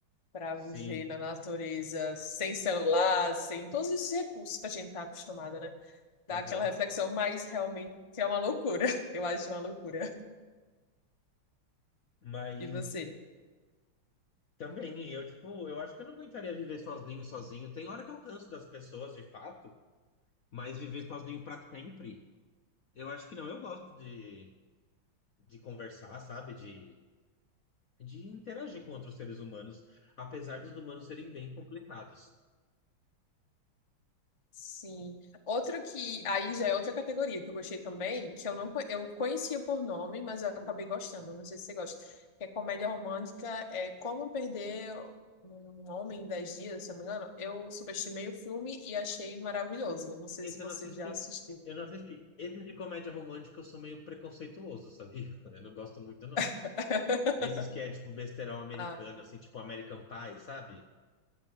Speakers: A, on the left; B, on the left.
A: para
B: Sim.
A: viver na natureza, sem celular, sem todos esses recursos que a gente tá acostumado, né? Dá
B: Aham.
A: aquela reflexão, mas realmente é uma loucura. <laughs> Eu acho uma loucura.
B: Mas
A: E você?
B: também, eu, tipo, eu acho que eu não aguentaria viver sozinho, sozinho. Tem hora que eu canso das pessoas, de fato, mas viver sozinho pra sempre, eu acho que não. Eu gosto de, de conversar, sabe? De, de interagir com outros seres humanos, apesar dos humanos serem bem complicados.
A: Sim. Outro que aí já é outra categoria que eu gostei também, que eu não co- eu conhecia por nome, mas eu acabei gostando. Não sei se você gosta. Que é comédia romântica, é Como Perder um Homem em 10 Dias, se eu não me engano. Eu subestimei o filme e achei maravilhoso. Não sei
B: Esse
A: se você
B: eu não assisti.
A: já assistiu.
B: Eu não assisti. Esse de comédia romântica eu sou meio preconceituoso, sabia? <laughs> Eu não gosto muito, não.
A: <laughs>
B: Esses que é tipo besterol americano,
A: Ah,
B: assim, tipo American Pie, sabe?